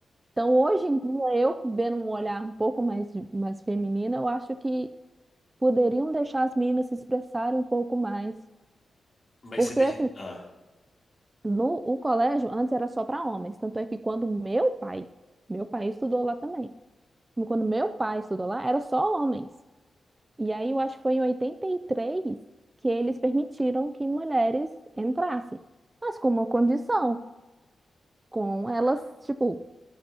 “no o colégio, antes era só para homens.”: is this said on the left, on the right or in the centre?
Right